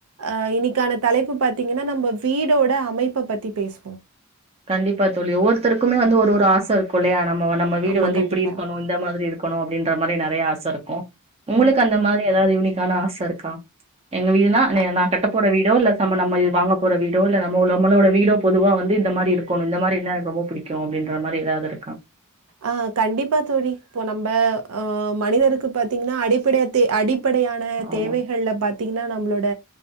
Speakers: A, on the right; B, on the right.
A: அஹ் இன்னைக்கான தலைப்பு பாத்தீங்கன்னா நம்ம வீடோட அமைப்ப பத்தி பேசுவோம்.
B: கண்டிப்பா தோழி ஒவ்வொருத்தருக்குமே வந்து ஒ ரு ஒரு ஆச இருக்குல்லயா நம்ம நம்ம வீடு
A: ஆமா,
B: வந்து
A: கண்டிப்பா.
B: இப்டி இருக்கணு இந்த மாதிரி இருக்கணு அப்டின்ற மாரி நெறைய ஆச ச இருக்கு உங்களுக்கு
A: ம்.
B: அந்த மாரி ஏதாவது யூனிக்கான ஆச இருக்கா எங்க வீடுனா நா
A: அ
B: நா கட்டப்போற வீ டோ இல்ல ச நம்ம வாங்கப் போற வீடோ இல்ல நம்ம நம்மளோட வீடோ பொதுவா வந்து இ ந்த மாரி இருக்கணு இந்த மாரி இருந்தா எனக்கு ரொம்ப புடிக் கு அப்டின்ற மாரி ஏதாவது இரு
A: அஹ் கண்டிப்பா தோழி இப்போ நம்ப அஹ் மனிதருக்கு பாத்தீங்கன்னா அடிப்படை தே அடிப் ப்படையான
B: ஆமா
A: தேவைகள்ல பாத்தீங்கன்னா நம்மளோட